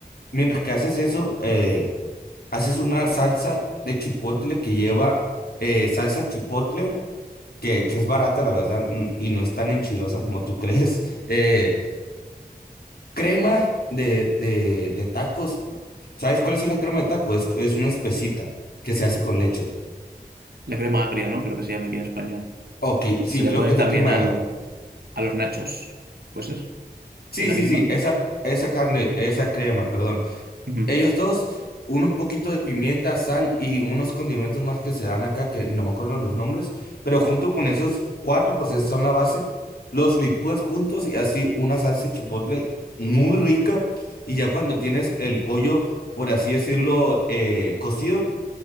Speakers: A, on the left; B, on the right.
A: Mientras que haces eso, eh, haces una salsa de chipotle que lleva eh, salsa chipotle, que, que es barata, la verdad, mm, y no es tan enchilosa como tú <laughs> crees. Eh, Crema de, de, de tacos. ¿Sabes cuál es la crema de tacos? Es, es una espesita que se hace con leche.
B: la crema agria, ¿no? Creo que se llama aquí en España.
A: Ok, sí,
B: Se le
A: creo
B: pone
A: que es
B: también
A: la crema
B: al,
A: agra.
B: a los nachos, pues es.
A: Sí,
B: ¿Es la
A: sí,
B: misma?
A: sí, esa, esa carne, esa crema, perdón.
B: Ujú,
A: Ellos dos, uno un poquito de pimienta, sal y unos condimentos más que se dan acá, que no me acuerdo los nombres, pero junto con esos cuatro, pues esos son la base. Los licúas juntos y así una salsa de chipotle muy rica. Y ya cuando tienes el pollo, por así decirlo, eh, cocido.